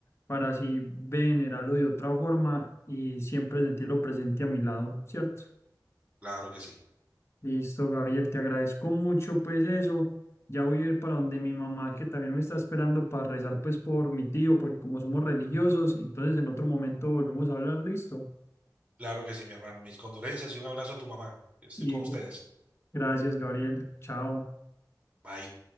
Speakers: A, on the left (about 35°); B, on the right (about 20°).
A: para así venerarlo de otra forma y siempre sentirlo presente a mi lado, ¿cierto?
B: Claro que sí.
A: Listo, Gabriel, te agradezco mucho, pues eso. Ya voy a ir para donde mi mamá, que también me está esperando para rezar, pues por mi tío, porque como somos religiosos, entonces en otro momento volvemos a hablar, listo.
B: Claro que sí, mi hermano. Mis condolencias y un abrazo a tu mamá. Estoy
A: Y
B: con ustedes.
A: gracias, Gabriel, chao.
B: Bye.